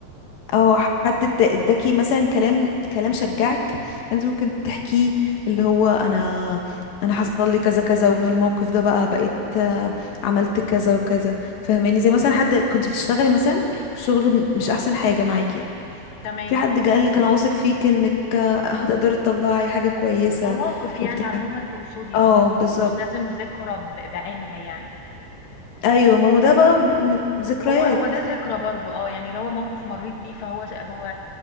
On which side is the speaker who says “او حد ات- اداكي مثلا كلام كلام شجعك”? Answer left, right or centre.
Left